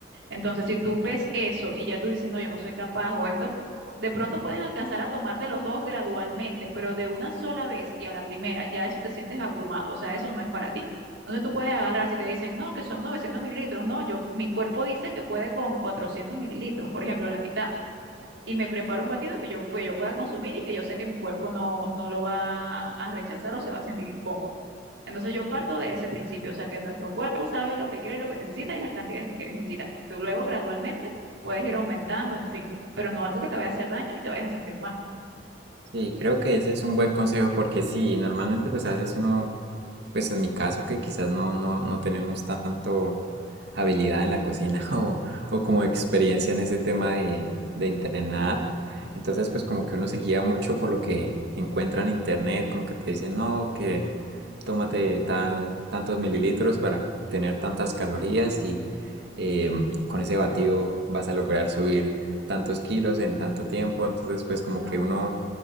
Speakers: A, on the right; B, on the right.
A: Entonces, si tú ves eso y ya tú dices, no, yo no soy capaz o esto, o- de pronto puedes alcanzar a tomarte los dos gradualmente, pero de una sola vez y a la primera, ya eso te sientes abrumado, o sea, eso no es para ti. Entonces tú puedes agarrar, si te dicen, no, que son 900 mililitros, no, yo, mi cuerpo dice que puede con 400 mililitros, por ejemplo, la mitad y me preparo un batido que yo, pues, yo pueda consumir y que yo sé que mi cuerpo no, no lo va a rechazar o se va a sentir incómodo. Entonces yo parto de ese principio, o sea que nuestro cuerpo sabe lo que quiere, lo que necesita y las cantidades que quiere y necesita. Luego gradualmente puedes ir aumentando, en fin, pero no algo que te vaya a hacer daño y te vayas a sentir mal.
B: Sí, creo que ese es un buen consejo porque sí, normalmente pues a veces uno, pues en mi caso que quizás no, no, no tenemos tanto habilidad en la cocina <laughs> o, o como experiencia en ese tema de, de entrenar, entonces pues como que uno se guía mucho por lo que encuentra en internet, como que te dicen no, que tómate tal, tantos mililitros para tener tantas calorías y eh, con ese batido vas a lograr subir tantos kilos en tanto tiempo, entonces pues como
A: No,
B: que uno